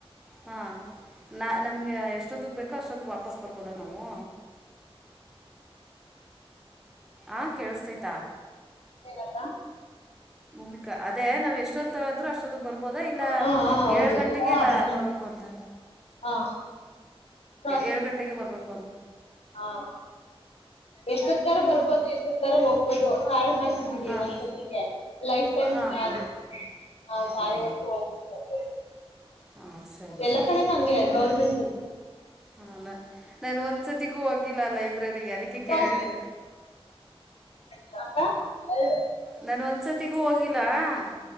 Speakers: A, in the centre; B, on the left.
A: ಹಾ ನಾ ನಮಗೆ ಎಷ್ಟೊತ್ತಿಗೆ ಬೇಕೋ ಅಷ್ಟೊತ್ತಿಗೆ ವಾಪಸ್ ಬರ್ಬೋದಾ ನಾವು ಆ ಕೇಳಸ್ತೈತಾ
B: ಏನಂತ
A: ಮೂಮಿಕಾ ಅದೇ ನಾವ್ ಎಷ್ಟೊತ್ತು ್ರ ಅಷ್ಟೊ ಬರ್ಬೋದಾ ಇಲ್ಲ
B: ಹಾ ಹಾ ಹೌದು
A: ಏಳು ಗಂಟೆಗೆ
B: ಹಾ
A: ಇಲ್ಲ
B: ಅದೆಲ್ಲ
A: ಬರಬೇಕು ಅಂತ
B: ಹಾ ಕ್ರಾಸ್
A: ಏಳು ಗಂಟೆಗೆ ಬರ್ಬೇಕು
B: ಹಾ ಎಷ್ಟೊತ್ ತರ ಬರ್ಬೋದು ಎಷ್ಟೊತ್ ತರ ಹೋಗ್ ಹೌದು ಆ ಒಂದ್
A: ಹಾಂ
B: ಸತಿಿಗೆ ಲೈಫ್ ಲ್
A: ಹಾಂ
B: ನಾ ತಾಯವರೆಗೂ
A: ಹಾಂ
B: ಹೋಗಬ
A: ಹಾಂ ಸರಿ
B: ಎಲ್ಲಾ
A: ಸರಿ
B: ಕಡೆ ಹಂಗೆ ಗೌರ್ಮೆಂಟ್
A: ಹೌದಾ ನಾನು ಒಂದ್ಸತಿಗೂ ಹೋಗಿಲ್ಲ ಲೈಬ್ರರಿಗೆ ಅದಕ್ಕೆ
B: ಕ್ರಾಸ್
A: ಕೇಳೆ
B: <unintelligible>
A: ನಾನ ಒಂದ್ಸತಿಗೂ ಹೋಗಿಿಲ್ಲ ಲ್ಲ